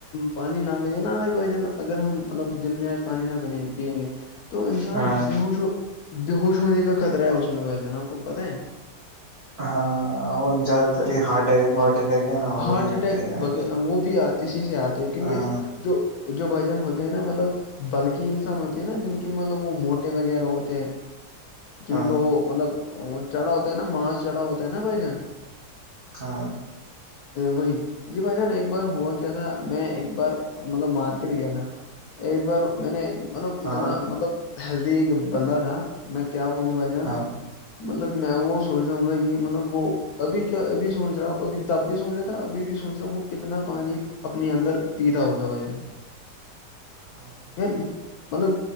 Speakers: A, on the left; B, on the right.
A: پانی نہ ملے نہا آج بھائی جان اگر ہم مطلب دن میں آج پانی نہ بنےیں گے پیئیں گے تو انسان
B: ہاں
A: بیہوش ہو بیہوش ہونے کا خطرہ ہے اس میں بھائی ج ن آپ کو پتتاہ ہے
B: ہاں جادد تاری ہارٹ اٹیک اٹیک ہے نا
A: ہارٹ
B: وہی
A: اٹیک
B: آتے ہیں آج
A: وہ بھی اسی سے آتا کیونکہ
B: ہاں
A: جو جو بھجن ہوتے ہیں نا مطلب بلکہ ان سے ہوتی ہیں نا جن کی مطلب وہ موٹے وغیرہ ہوتے ہیں جن
B: ہاں
A: کو وہ مطلب وہ چڑھاو ت نا ماز چڑاو تو نا بجن
B: ہاں
A: وہی جی بھائی جان ایک بار ہوا کیا تھا میں ایک بار مطلب مارکیٹ گیا تھا ایک بار میں نے مطلب
B: ہاں
A: اتنا مطلب ہیلدی ایک بندہ تھا میں کیا بولوں بھائی جان
B: ہاں
A: مطلب میں وہ سوچ رہا ہوں گا یہ مطلب وہ ابھی کیا ابھی سوچ رہا ہوں ابھی تب بھی سوچ رہا تھا ابھی بھی سوچ رہا ہ وہ کتنا پانی اپنے اندر پیتاا ہوگا بھائی جان
B: ہاں
A: سر <unintelligible> <inaudible> مطلب